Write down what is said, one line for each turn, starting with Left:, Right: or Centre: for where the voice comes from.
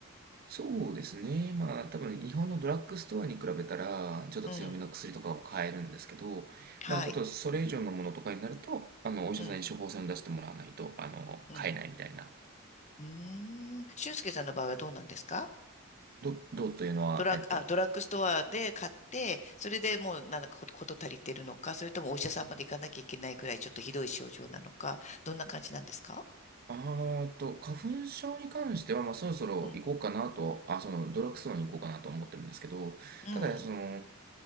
Right: そうですね。まあ多分日本のドラッグストアに比べたらちょっと強めの薬とかも買えるんですけど、
Left: うん。はい。
Right: まあちょっとそれ以上のものとかになると、あのお医者さんに処方箋を出してもらわないと、
Left: うん。
Right: あの、
Left: うん。
Right: 買えないみたいな。
Left: うーん。俊介さんの場合はどうなんですか
Right: ど、どうというのは、
Left: ドラッグ、
Right: えっと、
Left: あ、ドラッグストアで買って、それでもうなんだかことこと足りてるのか、それともお医者さんまで行かなきゃいけないぐらいちょっとひどい症状なのか、どんな感じなんですか
Right: あーと、花粉症に関しては、まあそろそろ行こうかなと、
Left: うん。
Right: あ、そのドラッグストアに行こうかなと思ってるんですけど、
Left: うん。
Right: ただその、